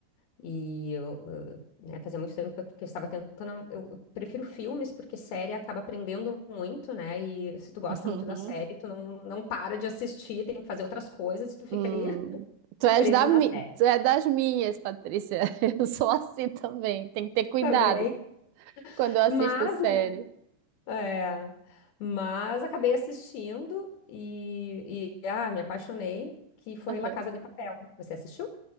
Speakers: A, on the left; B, on the right.
A: E eu, eh, né, fazia muito tempo que eu, que eu estava tentando. Eu, eu prefiro filmes, porque série acaba aprendendo muito, né? E se tu gosta
B: Uhum.
A: muito da série, tu não, não para de assistir, tem que fazer outras coisas e tu fica
B: Hum.
A: ali <laughs>
B: Tu és
A: preso
B: da
A: na
B: mi...
A: série
B: tu é das minhas, Patrícia. <laughs> Eu sou assim também. Tem que ter cuidado
A: também.
B: quando eu assisto
A: Mas,
B: série.
A: né? É. Mas acabei assistindo e, e ah, me apaixonei, que foi
B: Uhum.
A: La Casa de Papel. Você assistiu?